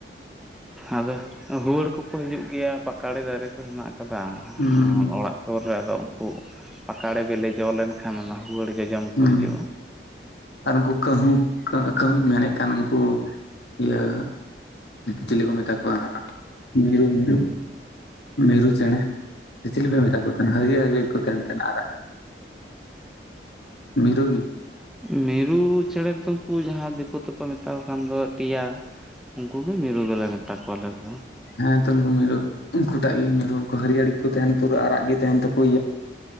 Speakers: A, in the centre; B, on the left.
A: ᱟᱫᱚ ᱦᱩᱣᱟᱹᱲ ᱠᱚᱠᱚ ᱦᱤᱡᱩᱜ ᱜᱮᱭᱟ ᱯᱟᱠᱟᱲᱮ ᱫᱟᱨᱮ ᱠᱚ ᱦᱮᱱᱟᱜ ᱟᱠᱟᱫᱟ
B: ᱦᱩᱸ
A: ᱚᱲᱟᱜᱼᱼ ᱥᱩᱨ ᱨᱮ ᱟᱫᱚ ᱩᱱᱠᱩ ᱯᱟᱠᱟᱲᱮ ᱵᱤᱞᱤ ᱡᱚ ᱞᱮᱱᱠᱷᱟᱱ ᱚᱱᱟ ᱦᱩᱣᱟᱹᱲ ᱜᱮ ᱡᱚᱢ ᱠᱚ
B: ᱦᱩᱸ
A: ᱦᱤᱡᱩᱜᱼᱟ।
B: ᱟᱨ ᱩᱱᱠᱩ ᱠᱟᱹᱦᱩ ᱠᱟᱹᱦᱩᱧ ᱢᱮᱱᱮᱫ ᱠᱟᱱ ᱩᱱᱠᱩᱼᱼ ᱤᱭᱟᱹ ᱪᱤᱞᱤ ᱠᱚ ᱢᱮᱛᱟ ᱠᱚᱣᱟ ᱦᱟᱸᱜ ᱢᱤᱨᱩ ᱢᱤᱨᱩ ᱢᱮᱨᱩ ᱪᱮᱬᱮ ᱪᱤᱞᱤ ᱯᱮ ᱢᱮᱛᱟ ᱠᱚ ᱛᱟᱦᱮᱱᱟ ᱦᱟᱹᱨᱭᱟᱹᱲᱮ ᱦᱟᱨᱭᱟᱹᱲ ᱠᱚ ᱛᱟᱦᱮᱱᱛᱟᱦᱮᱸᱱᱟ ᱟᱨᱟᱜ ᱢᱤᱨᱩᱜᱤ
A: ᱢᱤᱨᱩ ᱪᱮᱬᱮ ᱫᱚ ᱠᱩ ᱡᱟᱦᱟ ᱫᱤᱠᱩ ᱛᱮ ᱠᱚ ᱢᱮᱛᱣᱟ ᱠᱟᱱ ᱫᱚ ᱴᱤᱭᱟ? ᱩᱱᱠᱩ ᱜᱮ ᱢᱤᱨᱩ ᱫᱚ ᱞᱮ ᱢᱮᱛᱟ ᱠᱚᱣᱟ ᱟᱞᱮ ᱫᱚ᱾
B: ᱦᱮ ᱛᱚ ᱩᱱᱠᱩ ᱢᱤᱨᱩ ᱩᱱᱠᱩ ᱴᱟᱜ ᱜᱮ ᱢᱤᱨᱩ ᱩᱱᱠᱩ ᱦᱟᱹᱨᱭᱟᱹᱲ ᱜᱤ ᱠᱚ ᱛᱟᱦᱮᱱ ᱯᱩᱨᱟᱹ ᱟᱨᱟᱜ ᱜᱮ ᱛᱟᱦᱮᱱ ᱛᱟᱠᱚ ᱤᱭᱟᱹ᱾